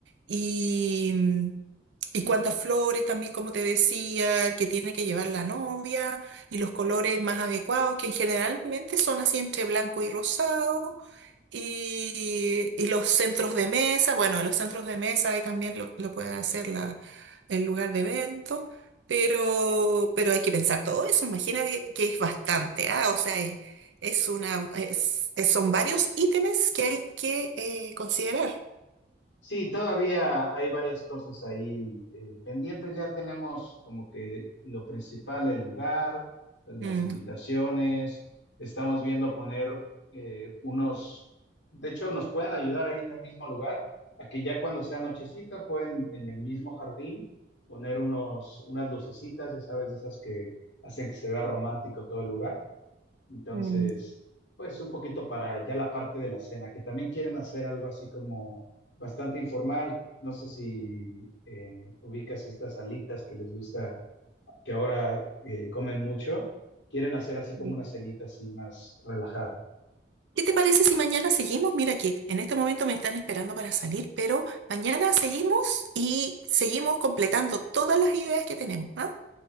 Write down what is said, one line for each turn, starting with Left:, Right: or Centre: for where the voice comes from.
Right: y, mm, y cuántas flores también, como te decía, que tiene que llevar la novia y los colores más adecuados, que generalmente son así entre blanco y rosado. Y, y los centros de mesa, bueno, los centros de mesa ahí también lo, lo puede hacer la, el lugar de evento, pero, pero hay que pensar todo eso, imagínate que es bastante, ¿ah? O sea, eh, es una, es- es- son varios ítems que hay que eh, considerar.
Left: Sí, todavía hay varias cosas ahí eh, pendientes. Ya tenemos como que lo principal, el lugar, las
Right: Mm,
Left: invitaciones. Estamos viendo poner eh, unos, de hecho, nos pueden ayudar ahí en el mismo lugar, a que ya cuando sea nochecita pueden en el mismo jardín poner unos, unas lucecitas, ya sabes, de esas que hacen que se vea romántico todo el lugar. Entonces,
Right: Mm,
Left: pues un poquito para ya la parte de la cena, que también quieren hacer algo así como bastante informal. No sé si eh, ubicas estas alitas que les gusta, que ahora eh, comen mucho. Quieren hacer así como
Right: sí.
Left: una cenita así más relajada.
Right: ¿Qué te parece si mañana seguimos? Mira que en este momento me están esperando para salir, pero mañana seguimos y seguimos completando todas las ideas que tenemos, ¿ah?